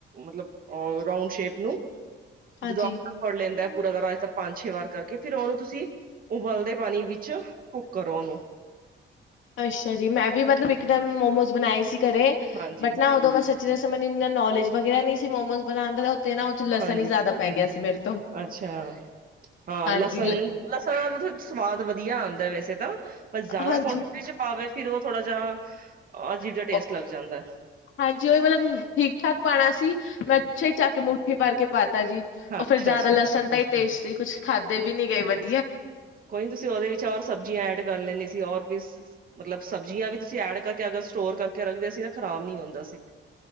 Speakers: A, on the right; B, on the left.
A: ਮਤਲਬ ਅ ਰਾਊਂਡ ਸ਼ੇਪ ਨੂੰ
B: ਹਾਂਜੀ।
A: ਜਦੋਂ ਆਟਾ ਫੜ ਲੈਂਦਾ ਪੂਰਾ ਤਰ੍ਹਾਂ ਇਸ ਤ ਪੰਜ ਛੇ ਵਾਰ ਕਰਕੇ ਫਿਰ ਉਹਨੂੰ ਤੁਸੀਂ ਉਬਲਦੇ ਪਾਣੀ ਵਿੱਚ ਕੁੱਕ ਕਰੋ ਉਹਨੂੰ।
B: ਅੱਛਾ ਜੀ, ਮੈਂ ਵੀ ਮਤਲਬ ਇੱਕ ਟਮ ਮੋਮੋਸ ਬਣਾਏ ਸੀ ਕਰੇ
A: ਹਾਂਜੀ
B: ਬਟ ਨਾ ਉਦੋਂ ਮੈਂ ਸੱਚ ਦਸਾ ਮੈਨੂੰ ਇੰਨਾ ਨੋਲੇਜ ਵਗੈਰਾ ਨਹੀਂ ਸੀ ਮੋਮੋਸ ਬਣਾਣ ਦਾੱ ਊਤ ਤੇ ਨਾ ਉੱਥੇ ਲਸਣ
A: ਹਾਂਜੀ
B: ਹੀ ਜ਼ਿਆਦਾ ਪੈ ਗਿਆ ਸੀ ਮੇਰੇ ਤੋਂ
A: ਅੱਛਾ। ਹਾਂ
B: ਹਾਂਜੀ
A: ਲਸਣ
B: ਲ-
A: ਲਸਣ ਸਵਾਦ ਵਧੀਆ ਆਂਦਾ ਵੈਸੇ ਤਾਂ ਪਰ ਜ਼ਿਆਦਾ
B: ਹਾਂਜੀ
A: ਕੁਆਂਟੀਟੀ ਚ ਪਾਵੇ ਫਿਰਰ ਉਹ ਥੋੜਾ ਜਾਂ ਅਜੀਬ ਜਾਂ ਟੇਸਟ
B: ਉਹ-
A: ਲੱਗ ਜਾਂਦਾ
B: ਹਾਂਜੀ ਉਹ ਵੀ ਮਤਲਬ ਠੀਕ ਠਾਕ ਪਾਣਾ ਸੀ ਮੈਂ ਅੱਛਾ ਹੀ ਚੱਕ ਕੇ ਮੂਠੀ ਪਰ ਕੇ ਪਾਤਾ ਜੀ,
A: ਹਾਂ
B: ਉਹ
A: ਅੱਛਾ-ਅੱਛਾ
B: ਫੇਰ ਜ਼ਿਆਦਾ ਲਸਣ ਦਾ ਹੀ ਟੇਸਟ ਸੀ ਕੁਛ ਖਾਧਦੇ ਵੀ ਨੀ ਗਏ ਵਧ
A: ਕੋਈ ਨੀ ਤੁਸੀਂ ਉਹਦੇ ਵਿੱਚ ਰ ਸਬਜ਼ੀਆਂ ਐਡ ਕਰ ਲੈਣੀ ਸੀ ਔਰ ਵੀ ਮਤਲਬ ਸਬਜ਼ੀਆਂ ਵੀ ਤੁਸੀਂ ਐਡ ਕਰਕੇ ਅ ਸਟੋਰ ਕਰਕੇ ਰੱਖਦੇ ਸੀ ਨਾ ਖਰਾਬ ਨੀ ਹੁੰਦਾ ਸੀ